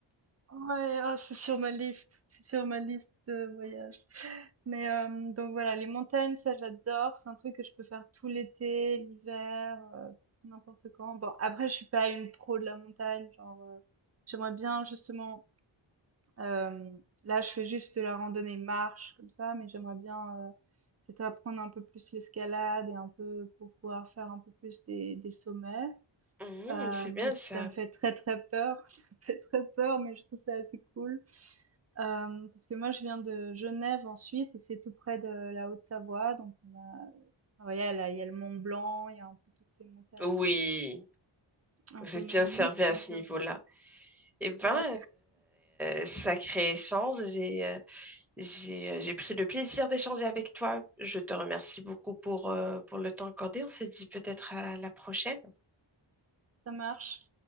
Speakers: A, on the right; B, in the centre.
A: Ouais, ah, c'est sur ma liste, c'est sur ma liste de voyage. Mais euh, donc voilà, les montagnes, ça j'adore, c'est un truc que je peux faire tout l'été, l'hiver, euh, n'importe quand. Bon, après je suis pas une pro de la montagne, genre euh, j'aimerais bien justement euh, là je fais juste de la randonnée marche comme ça, mais j'aimerais bien euh, peut-être apprendre un peu plus l'escalade et un peu pour pouvoir faire un peu plus des des sommets.
B: Mhm,
A: Heu,
B: c'est
A: même
B: bien
A: si
B: ça.
A: ça me fait très, très peur, <laughs> ça me fait très peur, mais je trouve ça assez cool. Hem, parce que moi je viens de Genève en Suisse et c'est tout près de la Haute-Savoie, donc on a enfin voilà, là, il y a le Mont Blanc, il y a un peu toutes ces montagnes,
B: Oui,
A: heu, un
B: vous
A: peu
B: êtes
A: magiques,
B: bien servi à
A: donc
B: ce
A: je
B: niveau-là.
A: me
B: Eh ben,
A: ouais,
B: euh, sacré échange, j'ai euh, j'ai euh, j'ai pris le plaisir d'échanger avec toi. Je te remercie beaucoup pour, euh, pour le temps accordé. On se dit peut-être à la prochaine.
A: ça marche.